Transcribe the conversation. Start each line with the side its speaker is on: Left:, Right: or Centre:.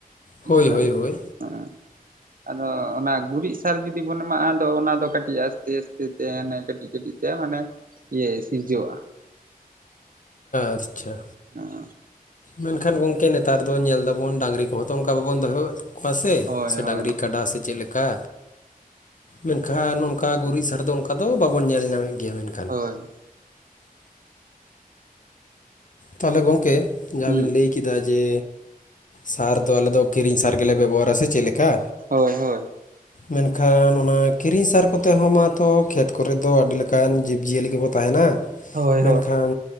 Left: ᱦᱳᱭ
Right: ᱦᱮᱸ
Left: ᱦᱳᱭ ᱦᱳᱭ
Right: ᱮᱸ᱾ ᱟᱫᱚ ᱚᱱᱟ ᱜᱩᱨᱤᱡ ᱥᱟᱨ ᱡᱩᱫᱤ ᱵᱚᱱ ᱮᱢᱟᱜᱼᱟ, ᱟᱫᱚ ᱚᱱᱟ ᱫᱚ ᱠᱟᱹᱴᱤᱡ ᱟᱥᱛᱮ ᱟᱥᱛᱮ ᱛᱮ ᱠᱟᱹᱴᱤᱡ ᱠᱟᱹᱴᱤᱡ ᱛᱮ ᱢᱟᱱᱮ ᱤᱭᱟᱹ ᱥᱤᱨᱡᱟᱹᱜᱼᱟ᱾
Left: ᱟᱪᱪᱷᱟ᱾
Right: ᱦᱳᱭ
Left: ᱢᱮᱱᱠᱷᱟᱱ ᱜᱚᱝᱠᱮ ᱱᱮᱛᱟᱨ ᱫᱚ ᱧᱮᱞ ᱮᱫᱟᱵᱚᱱ ᱰᱟᱝᱨᱤ ᱠᱚᱦᱚᱸ ᱛᱚ ᱚᱱᱠᱟ ᱵᱟᱵᱚᱱ ᱫᱚᱦᱚᱣ ᱠᱚᱣᱟ ᱥᱮ
Right: ᱦᱳᱭ
Left: ᱥᱮ
Right: ᱦᱳᱭ
Left: ᱰᱟᱝᱨᱤ, ᱠᱟᱰᱟ ᱥᱮ ᱪᱮᱫ ᱞᱮᱠᱟ? ᱢᱮᱱᱠᱷᱟᱱ ᱚᱱᱠᱟ ᱜᱩᱨᱤᱡ ᱥᱟᱨ ᱫᱚ ᱚᱱᱠᱟ ᱫᱚ ᱵᱟᱵᱚᱱ ᱧᱮᱞ ᱧᱟᱢᱮᱫ ᱜᱮᱭᱟ ᱢᱮᱱᱠᱷᱟᱱ।
Right: ᱵᱟᱝ।
Left: ᱛᱟᱞᱮ ᱜᱚᱝᱠᱮ ᱡᱟᱦᱟᱸᱵᱤᱱ
Right: ᱦᱩᱸ
Left: ᱞᱟᱹᱭ ᱠᱮᱫ ᱠᱮᱫᱟ ᱡᱮ ᱥᱟᱨ ᱫᱚ ᱟᱞᱮᱫᱚ ᱠᱤᱨᱤᱧ ᱥᱟᱨ ᱜᱮᱞᱮ ᱵᱮᱵᱚᱦᱟᱨᱟ ᱥᱮ ᱪᱮᱱ ᱞᱮᱠᱟ?
Right: ᱦᱳᱭ ᱦᱳᱭ
Left: ᱢᱮᱱ ᱠᱷᱟᱱ ᱚᱱᱟ ᱠᱤᱨᱤᱧ ᱥᱟᱨ ᱠᱚᱛᱮ ᱦᱚᱸ ᱢᱟᱛᱚ ᱠᱷᱮᱛ ᱠᱚᱨᱮᱫ ᱫᱚ ᱟᱹᱰᱤ ᱞᱮᱠᱟᱱ ᱡᱤᱵᱽ ᱡᱤᱭᱟᱹᱞᱤ ᱠᱚᱠᱚ ᱛᱟᱦᱮᱱᱟ
Right: ᱦᱳᱭ
Left: ᱢᱮᱱ ᱠᱷᱟᱱ